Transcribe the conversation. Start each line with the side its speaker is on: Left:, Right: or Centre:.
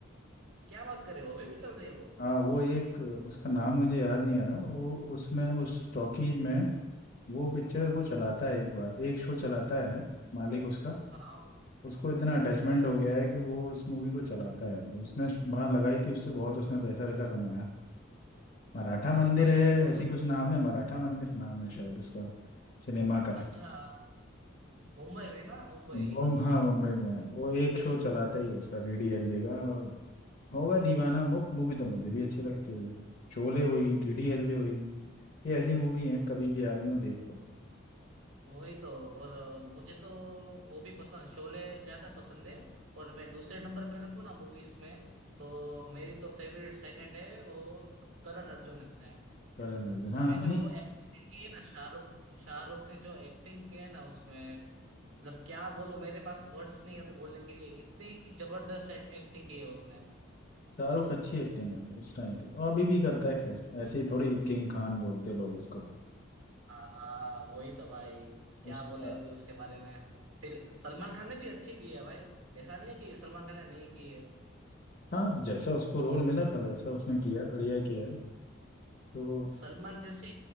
Right: क्या बात करे वो अभी भी चल रही है वो
Left: हाँ वो एक उसका नाम मुझे याद नहीं आ रहा वो उसमें उस टॉकीज में वो पिक्चर वो चलाता है एक बार एक शो चलाता है मालिक उसका
Right: वाह
Left: उसको इतना अटैचमेंट
Right: अच्छा
Left: हो
Right: है
Left: गया है कि वो उस मूवी को चलाता है उसने वहां लगाई थी उससे बहुत उसने पैसा वैसा कमाया मराठा
Right: अरे
Left: मंदिर
Right: भाई
Left: है
Right: तो, तो
Left: ऐसी कुछ नाम है मराठा मंदिर नाम है शायद उसका सिनेमा का
Right: अच्छा मुंबई में ना मुंबई
Left: वो हाँ मुंबई में है। वो एक शो चलाता ही है उसका डीडीएलजे का और होगा दीवाना वो मूवी तो मुझे भी अच्छी लगती है भाई शोले हुई डीडीएलजे हुई ये ऐसी मूवी है कभी भी आ रही हो देख लो
Right: वही तो और अ, मुझे तो वो भी पसंद शोले ज्यादा पसंद है और मैं दूसरे नंबर पे रखूँ ना मूवीज में तो मेरी तो फेवरेट सेकंड है वो करण अर्जुन है
Left: करण अर्जुन
Right: उसमें
Left: हाँ
Right: जो
Left: नहीं
Right: एक्टिंग की है ना शाहरुख शाहरुख ने जो एक्टिंग की है ना उसमें मतलब क्या बोलूं मेरे पास वर्ड्स नहीं है अभी बोलने के लिए इतनी जबरदस्त एक्टिंग की है उसने
Left: शाहरुख अच्छी एक्टिंग है उस टाइम पे और अभी भी करता है खैर ऐसे ही थोड़ी किंग खान बोलते लोग उसको
Right: हाँ वही तो भाई क्या
Left: उसका
Right: बोले अभी उसके बारे में फिर सलमान खान ने भी अच्छी की है भाई ऐसा नहीं है कि सलमान खान ने नहीं की है
Left: हाँ जैसा उसको रोल मिला था वैसा उसने किया बढ़िया किया है तो
Right: सलमान जैसे